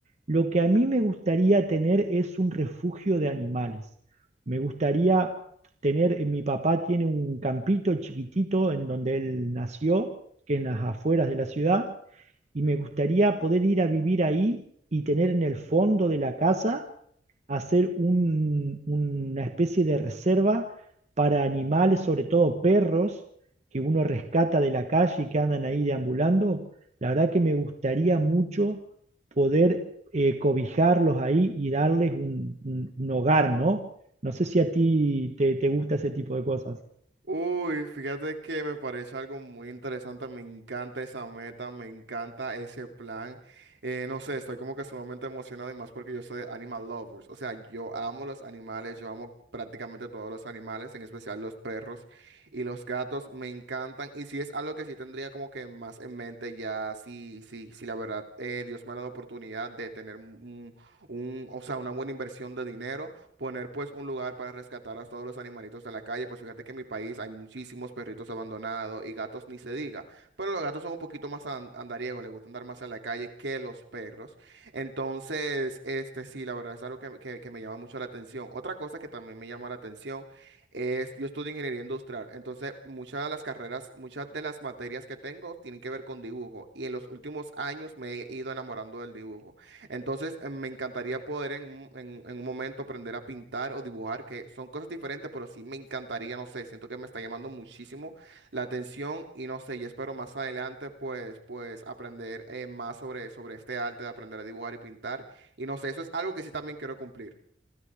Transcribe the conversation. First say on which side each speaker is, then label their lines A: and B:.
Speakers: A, on the right (about 40°); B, on the right (about 75°).
A: lo que a mí me gustaría tener es un refugio de animales. Me gustaría tener, eh, mi papá tiene un campito chiquitito en donde él nació, que es en las afueras de la ciudad, y me gustaría poder ir a vivir ahí y tener en el fondo de la casa hacer un- una especie de reserva para animales, sobre todo perros, que uno rescata de la calle y que andan ahí deambulando. La verdad que me gustaría mucho poder eh, cobijarlos ahí y darles un, un- un hogar, ¿no? No sé si a ti te te gusta ese tipo de cosas.
B: Uy, fíjate que me parece algo muy interesante, me encanta esa meta, me encanta ese plan. Eh, no sé, estoy como que sumamente emocionado y más porque yo soy animal lovers, o sea, yo amo los animales, yo amo prácticamente todos los animales, en especial los perros y los gatos, me encantan. Y si es algo que sí tendría como que más en mente ya, sí, sí, sí, la verdad, eh, Dios me ha dado oportunidad de tener un, un, un- o sea, una buena inversión de dinero poner pues un lugar para rescatar a todos los animalitos de la calle, pues fíjate que en mi país hay muchísimos perritos abandonados y gatos ni se diga, pero los gatos son un poquito más an- andariegos, les gusta andar más en la calle que los perros. Entonces, este sí, la verdad es algo que, que, que me llama mucho la atención. Otra cosa que también me llama la atención es, yo estudio ingeniería industrial, entonces muchas de las carreras, muchas de las materias que tengo tienen que ver con dibujo y en los últimos años me he ido enamorando del dibujo. Entonces, eh, me encantaría poder en, un en- en un momento aprender a pintar o dibujar, que son cosas diferentes, pero sí me encantaría, no sé, siento que me está llamando muchísimo la atención y no sé, y espero más adelante pues, pues aprender eh, más sobre, sobre este arte de aprender a dibujar y pintar. Y no sé, eso es algo que sí también quiero cumplir.